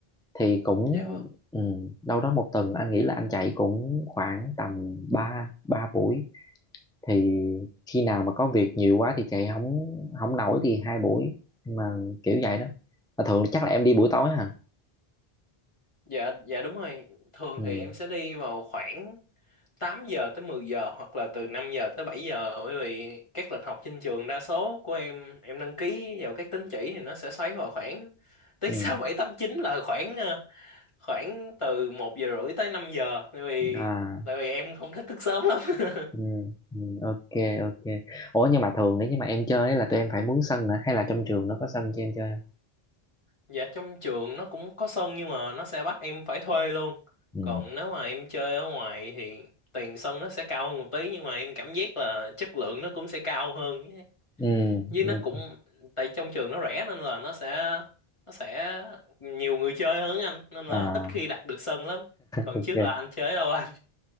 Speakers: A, in the centre; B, on the left (about 30°).
A: thì cũng
B: dạ vâng
A: ừ, đâu đó một tuần anh nghĩ là anh chạy cũng khoảng tầm 3 ba buổi thì khi nào mà có việc nhiều quá thì chạy không không nổi thì hai buổi Nhưng mà kiểu vậy đó mà thường chắc là em đi buổi tối hả
B: dạ dạ đúng rồi thường
A: ừ,
B: thì em sẽ đi vào khoảng 8 giờ tới 10 giờ hoặc là từ 5 giờ tới 7 giờ bởi vì các lịch học trên trường đa số của em em đăng ký vào các tín chỉ thì nó sẽ xoáy vào khoảng <laughs> tới
A: ừ,
B: 6 7 8 chín là khoảng ờ, khoảng từ một giờ rưỡi tới 5 giờ tại vì
A: à
B: tại vì em không thích thức sớm lắm. <laughs>
A: ừ, ừ, ok ok ủa nhưng mà thường nếu như mà em chơi ấy là tụi em phải mướn sân hả hay là trong trường nó có sân cho em chơi không
B: Dạ trong trường nó cũng có sân nhưng mà nó sẽ bắt em phải thuê luôn.
A: ừ,
B: Còn nếu mà em chơi ở ngoài thì tiền sân nó sẽ cao hơn một tí nhưng mà em cảm giác là chất lượng nó cũng sẽ cao hơn.
A: ừ,
B: với
A: ừ,
B: nó cũng tại trong trường nó rẻ nên là nó sẽ nó sẽ nhiều người chơi hơn anh nên là
A: à
B: ít khi đặt được sân lắm còn
A: ok.
B: trước là anh chơi đâu anh